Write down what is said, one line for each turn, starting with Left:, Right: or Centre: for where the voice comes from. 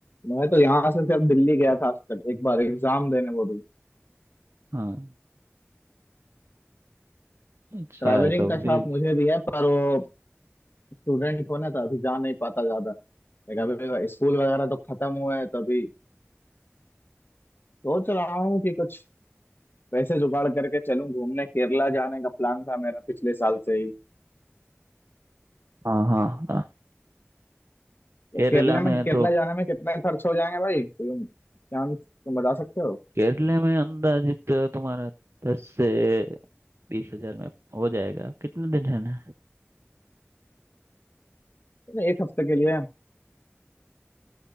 Left: मैं तो यहाँ से सिर्फ दिल्ली गया था आज तक एक बार एग्जाम देने वो भी
Right: हाँ अच्छा
Left: ट्रैवलिंग
Right: है तो
Left: का शौक
Right: फिर
Left: मुझे भी है पर वो स्टूडेंट होना था अभी जा नहीं पाता ज्यादा लाइक अभी स्कूल वगैरह तो खत्म हुए हैं तो अभी सोच रहा हूँ कि कुछ पैसे जुगाड़ करके चलूँ घूमने केरला जाने का प्लान था मेरा पिछले साल से ही
Right: हाँ हाँ हाँ केरला
Left: केरला
Right: में
Left: में
Right: है
Left: केरला
Right: तो
Left: जाने में कितना खर्च हो जाएंगे भाई तुम चांस तुम बता सकते हो
Right: केरला में अंदाजित तुम्हारा दस से बीस हजार में हो जाएगा कितने दिन रहना है
Left: अरे एक हफ्ते के लिए